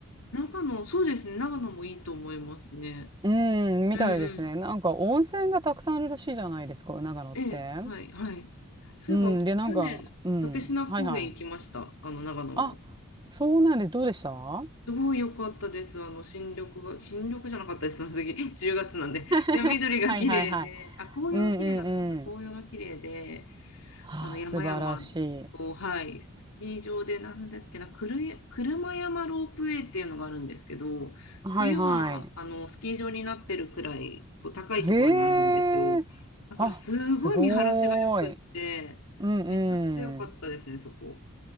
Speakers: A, on the left; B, on the right.
A: 長野、そうですね、長野もいいと思いますね。
B: うん、みたいですね。
A: うんうん。
B: なんか温泉がたくさんあるらしいじゃないですか、長野って。
A: ええ、はい、はい。そういえば、
B: うん、で、なんか、
A: 去年、
B: うん、
A: 立科高原行きました、
B: はいはい。
A: あの長野の。
B: あ、そうなんです。どうでした <laughs> は
A: すごい良かったです、あの新緑が、新緑じゃなかったです、その時、<laughs> 10月なんで。でも緑が綺麗で、
B: いはいはい。
A: あ、紅葉が綺麗だったのか、
B: うんうんうん。
A: 紅葉が綺麗で、
B: はあ、
A: あの山々を、
B: 素晴らしい。
A: はい、スキー場でなんだっけな、くる車山ロープウェイっていうのがあるんですけど、
B: はいはい。
A: 冬はあのスキー場になってるくらいこう高いところにあるんですよ。
B: へえ。
A: だからすごい見晴らしが良くって、
B: あ、すごーい。うん
A: めちゃくちゃ良かったですね、
B: うん。
A: そこ。